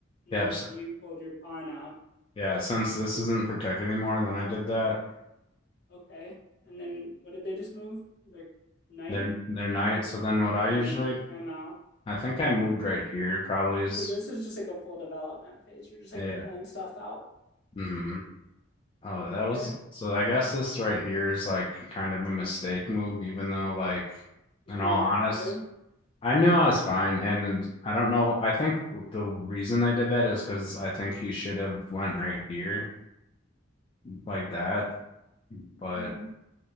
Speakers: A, on the left; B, on the left.
A: and
B: Yeah,
A: then so you pulled your pawn out
B: yeah. Since this isn't protected anymore, then I did that.
A: okay and then what did they just move their knight
B: They're they're knights. So then what
A: okay
B: I usually,
A: and they took him out
B: I think I moved right here. Probably
A: And
B: is
A: so this is just like a full development phase. You're just like
B: yeah.
A: pulling stuff out,
B: hmm Oh,
A: okay?
B: that was so. I guess this right here is like kind of a mistake move, even though like
A: Even
B: in
A: though
B: all
A: you're
B: honest.
A: covered,
B: I knew I was fine, and I don't know. I think the reason they did that is because I think he should have went right here like that, but
A: hmm